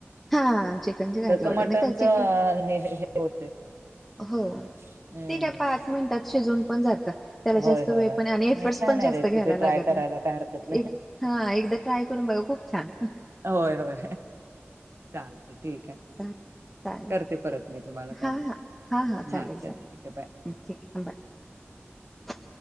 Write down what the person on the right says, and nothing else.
तस
मटणचं
हे हे होते.
हं.
होय,
होय,
होय.
नाही छान
आहे रेसिपी
ट्राय करायला
काय हरकत
होय होय चालते ठीक आहे.
करते परत मी तुम्हाला कॉल
हा
चल ठीक आहे बाय.